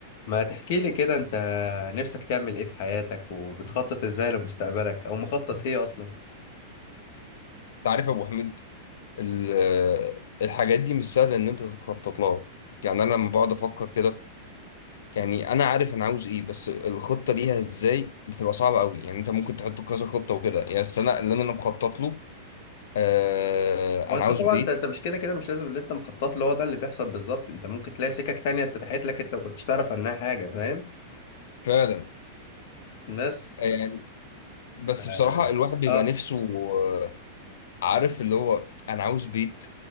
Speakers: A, on the left; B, on the left.
A: ما تحكي لي كده انت نفسك تعمل ايه في حياتك وبتخطط ازاي لمستقبلك او مخطط ايه اصلا
B: تعرف يا ابو حميد ال- آه، الحاجات دي مش سهله ان انت تخطط لها يعني انا لما بقعد افكر كده يعني انا عارف انا عاوز ايه بس الخطه ليها ازاي بتبقى صعبه قوي يعني انت ممكن تحط كذا خطه وكده يعني بس انا اللي انا مخطط له آه
A: هو
B: انا
A: انت
B: عاوز
A: طبعا
B: بيت
A: انت انت مش كده كده مش لازم اللي انت مخطط له هو ده اللي بيحصل بالظبط انت ممكن تلاقي سكك تانية اتفتحت لك انت ما كنتش تعرف عنها حاجة فاهم
B: فعلا
A: بس ف...
B: آه، يعني بس
A: ف...
B: بصراحه الواحد بيبقى
A: اه
B: نفسه آه، عارف اللي هو انا عاوز بيت